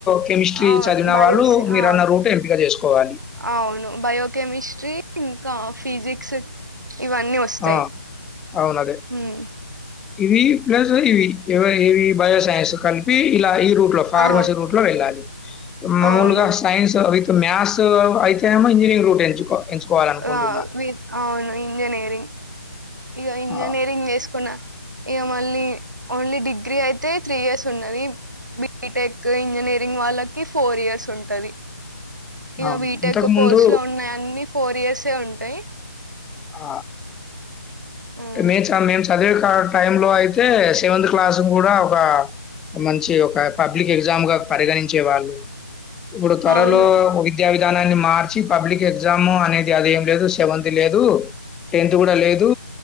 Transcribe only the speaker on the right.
ఆ!
బయోస్
ఆ!
అవును బయోకెమిస్ట్రీ ఇంకా ఫిజిక్స్ ఇవన్నీ వస్తాయి
మ్మ్
ఆ
అవును
ఆ అవును ఇంజనీరింగ్ ఇక ఇంజనీరింగ్
చేసుకున్న ఇ మళీ ఓన్లీ డిగ్రీ అయితే త్రీ ఇయర్స్ ఉన్నది బీటెక్ ఇంజనీరింగ్ వాళ్ళకి ఫోర్ ఇయర్స్ ఉంటది ఇక
బీటెక్
కోర్సు లో ఉన్నాయి అన్ని ఫోర్ ఇయర్సే ఉంటాయి
ఉమ్,
అవును